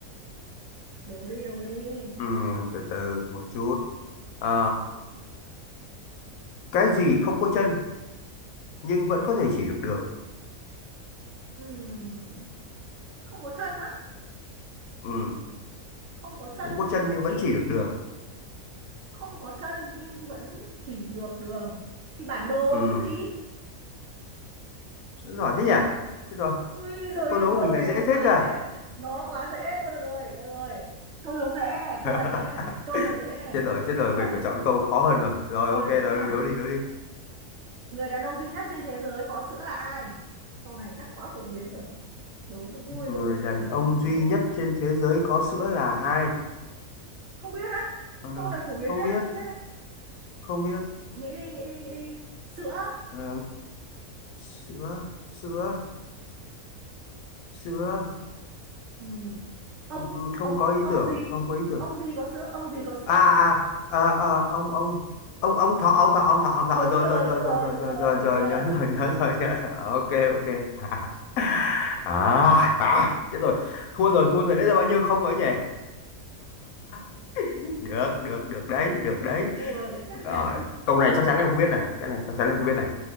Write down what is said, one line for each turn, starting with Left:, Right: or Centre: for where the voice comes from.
Right: đổ đi đổ đi
Left: ừm, từ từ một chút à, cái gì không có chân nhưng vẫn có thể chỉ được đường
Right: Ừm, không có chân á
Left: Ừm,
Right: không có chân
Left: không có
Right: nhưng
Left: chân
Right: vẫn
Left: nhưng
Right: chỉ
Left: vẫn chỉ được đường
Right: không có chân nhưng vẫn chỉ được đường thì bản đồ
Left: Ừm,
Right: chứ gì
Left: giỏi thế nhỉ chết rồi
Right: ui rồi
Left: câu
Right: những
Left: đố
Right: câu
Left: của mình lại
Right: này
Left: dễ
Right: nó
Left: thế
Right: quá
Left: cả
Right: dễ nó quá dễ thôi được rồi được rồi câu đầu dễ này câu
Left: <laughs>
Right: này dễ này câu này dễ này
Left: chết rồi chết rồi
Right: được chưa
Left: mình phải chọn câu khó hơn rồi rồi
Right: câu
Left: ok
Right: này
Left: đó
Right: dễ nhá
Left: đó đi đó đi
Right: Người đàn ông duy nhất trên thế giới có sữa là ai? Câu này chắc quá phổ biến rồi. Đố cho vui
Left: người
Right: thôi chứ
Left: đàn
Right: làm gì
Left: ông
Right: không
Left: duy
Right: biết.
Left: nhất trên thế giới có sữa là ai
Right: Không biết á?
Left: Ờ,
Right: Câu này phổ biến
Left: không
Right: thế
Left: biết
Right: không biết á?
Left: không biết
Right: Nghĩ đi, nghĩ đi, nghĩ đi. Sữa.
Left: Ờ, sữa sữa sữa
Right: Ừ. Ông,
Left: Ừ, ừ, không
Right: ông,
Left: có ý
Right: ông
Left: tưởng
Right: gì?
Left: không có ý tưởng
Right: Ông gì có sữa? Ông gì có sữa?
Left: à à, à, à ông ông ông ông thọ ông thọ ông thọ ông thọ
Right: Đúng
Left: rồi
Right: rồi,
Left: rồi rồi
Right: đúng rồi,
Left: rồi rồi
Right: đúng
Left: rồi
Right: rồi.
Left: rồi
Right: Thấy
Left: rồi
Right: chưa?
Left: nhớ rồi nhớ rồi nhớ rồi ok ok <laughs> à, à chết rồi thua rồi thua rồi lấy ra bao nhiêu không rồi ấy nhỉ <laughs> được được được đấy được đấy
Right: Thua là cái chắc.
Left: rồi
Right: <laughs>
Left: câu này chắc chắn em không biết này cái này chắc chắn em không biết này